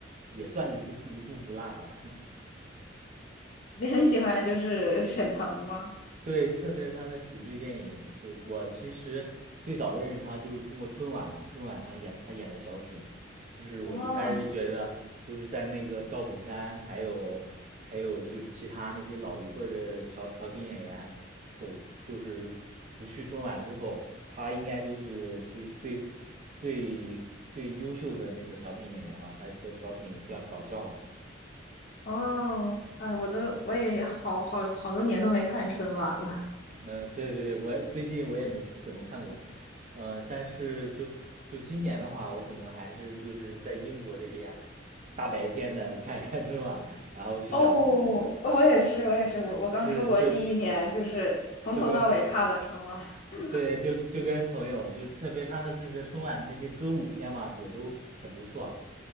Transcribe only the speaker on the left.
你很喜欢就是沈腾吗？
哦
哦，哎，我都我也好好好多年都没看春晚了。
哦，我也是，我也是，我我刚出国第一年，
就是从头到尾看了春晚。
<laughs>